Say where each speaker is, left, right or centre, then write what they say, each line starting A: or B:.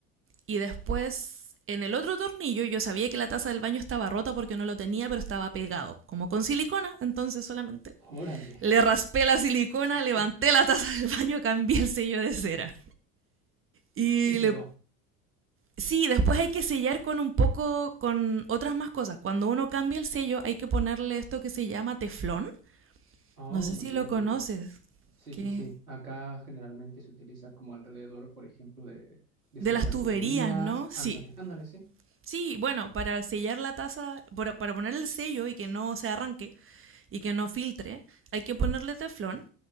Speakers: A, on the right; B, on the right.
A: y después en el otro tornillo yo sabía que la taza del baño estaba rota porque no lo tenía, pero estaba pegado, como con silicona, entonces solamente
B: Órale.
A: le raspé la silicona,
B: Ah,
A: levanté la taza del baño, cambié el sello de cera. Y
B: y quedó.
A: le... Sí, después hay que sellar con un poco, con otras más cosas. Cuando uno cambia el sello hay que ponerle esto que se llama teflón,
B: Oh,
A: no sé
B: muy
A: si
B: bien,
A: lo conoces.
B: muy bien. Sí,
A: ¿Qué?
B: sí, sí. Acá generalmente se utiliza como alrededor, por ejemplo, de, de
A: De
B: ciertas
A: las tuberías,
B: tuberías.
A: ¿no? Sí.
B: Ándale, ándale, sí.
A: Sí, bueno, para sellar la taza, para, para poner el sello y que no se arranque y que no filtre, hay que ponerle teflón